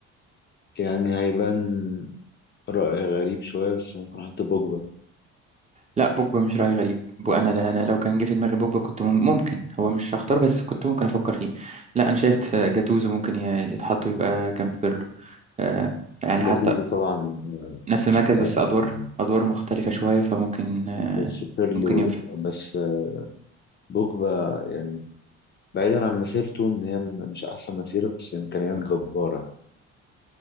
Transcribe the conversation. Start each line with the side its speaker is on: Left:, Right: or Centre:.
Left: يعني هيبان رأي غريب شوية بس ممكن احط بوجبا
Right: لا بوجبا مش رأي غريب بو انا لا انا لو كان جه في دماغي بوجبا كنت مم- ممكن هو مش هختار بس كنت ممكن افكر فيه لا انا شايف جاتوزو ممكن ي- يتحط ويبقى جنب بيرلو آه يعني
Left: جاتوزو
Right: حتى
Left: طبعا آه،
Right: نفس المركز
Left: فتاك
Right: بس ادوار
Left: يعني
Right: ادوار مختلفة شوية فممكن آه
Left: بس بيرلو
Right: ممكن ينفع
Left: بس آه، بوجبا يعني بعيدا عن مسيرته ان هي مش احسن مسيرة بس امكانيات جبارة